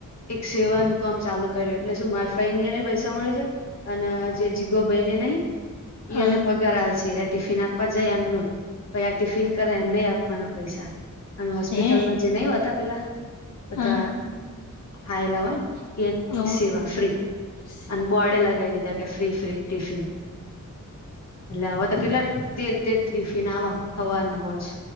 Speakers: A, on the left; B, on the left.
A: એક સેવાનું કામ ચાલુ કર્યું એટલે શું મારફાઈને પૈસા મળી જાય. અને જે જીગો ભાઈ ને નહીં
B: હા
A: એને પગાર હાલશે ટિફિન આપવા જાય એમનું પાહિ આ ટિફિન કરે એમ ને આપવાના પૈસા અને હોસ્પિટલમાં
B: હે
A: જે નહીં હોતા પેલા. બધા
B: હા
A: ખાયલા હોય ને
B: ઓ
A: એ સિવા ફ્રી
B: શિવા
A: અને બોર્ડે લગાવી દીધા કે ફ્રી ફ્રી ટિફિન. એટલે આવા તો કેટલા તેર તેર ટિ ટિફિન હવ હાવારના હોય છે